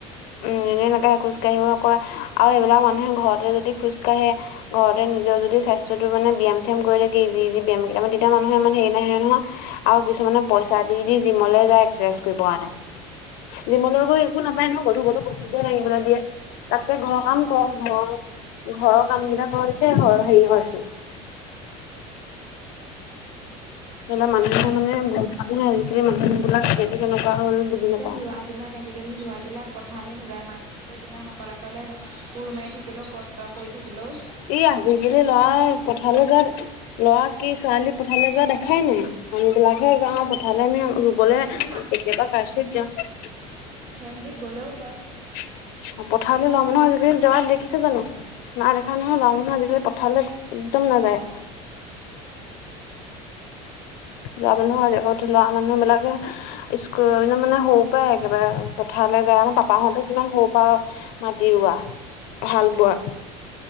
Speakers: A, on the left (about 65°); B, on the right (about 75°).
A: উম এনেই নাকাঢ়ে খোজকাঢ়িব কয় আৰু সেইবিলাক মানুহে ঘৰতে যদি খোজকাঢ়ে ঘৰতে নিজৰ যদি স্বাস্থ্যটো মানে ব্যায়াম চিয়াম কৰি থাকে ইজি ইজি ব্যায়ামা কেইটামান তেতিয়া মানুহে ইমান হেৰি নাহে নহয় আও কিছুমানপ পইচা দি- দি জিমলে যাই এক্সাৰচাইজ কৰিব কাৰণে। জিমলৈ গৈ একো নাপায় ন। গধু গধু বস্তুিবিলাক দাঙিবলৈ দিয়ে তাতকে ঘৰৰ
B: অ'
A: কাম কৰক ঘৰ ঘৰৰ কাম কেইটা কৰ। তে হয় হেৰি হয়চোন। কেলে মানুহে
B: জিমত।
A: মানে বহুত মানুহে আজিকালি মানুহ বিলাক কেনে কেনেকুৱা হ'ল। বুজি
B: এতিয়া
A: নাপাওঁ
B: লৱা বিলাক আজিকালি লৱাবিলাক পথাৰলে নাযায় মাক কে যিমান অকলে- অকলে কোৰ মাৰি থাকিলেও কষ্ট কৰি থাকিলেও
A: এই আজিকালি ল'ৱাই পথাৰলে যায়নে? লৱা কি ছোৱালী পথাৰলে যোৱা দেখাই নাই আন বিলাক। হে যাওঁ পথাৰলে আমি ৰুবলে
B: তাকে
A: কেতিয়াবা কাৰচিৰ যাওঁ।
B: সিহতি গ'লেও হয়।
A: অ', পথাৰলে লৱা মানুহ আজিকালি যোৱা দেখিছাঁ জানো? নাই দেখা নহয় লৱা নহয় আজিকালি পথাৰলৈ একদম নাযায়। লৱা মানুহ আজি আগতে লৱা মানুহ বিলাকে স্কুল মানে সৰু পাই একেবাৰে পথাৰলে যায় আৰু পাপাহঁতে কিমান সৰু পা মাটি ৰোৱা, হাল বোৱা।